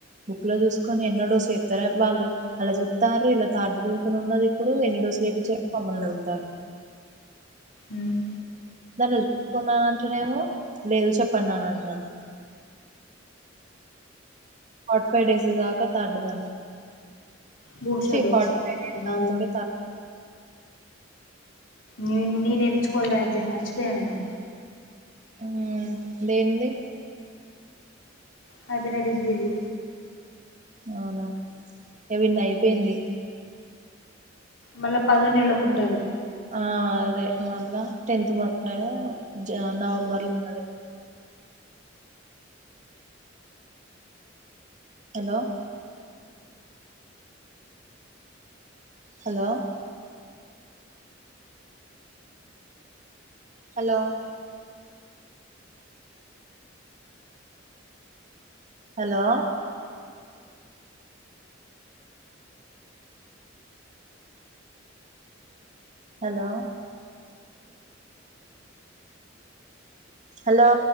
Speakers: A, on the right; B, on the left.
A: బుక్లో చూసుకో ఎన్నో డోసులు చెప్తారు వాళ్ళు అలా చూతారు ఇలా థర్డ్ డోసుని ఉన్నది ఇప్పుడు ఎన్ని డోసులు వేపించిర్రో మమ్మల్ని అడుగుతారు
B: ఉమ్
A: దాంట్లో చూసుకున్నాను అంటనేేమో లేదు చెప్పండి అన అంటర్రు ఫార్ట్ ఫైవ్ డేస్ గాక థర్డ్ ది అంట
B: booster
A: చే
B: dose
A: forty five days
B: ఓ
A: దానితోటే తా
B: నేను నేనేేపించుకోవాలి వ్యాక్సిన్ మర్చిపోయా నేను
A: ఊ దేంది
B: హైపరడీస్ బీబీ
A: అవునా ఇగ వింది అయిపోయింది
B: మల్లా పదో నెలకి ఉంటది
A: ఆ అదే మళ్ళా టెన్త్ మం ఆ జ నవంబర్లా ఉన్నది hello hello hello hello hello hello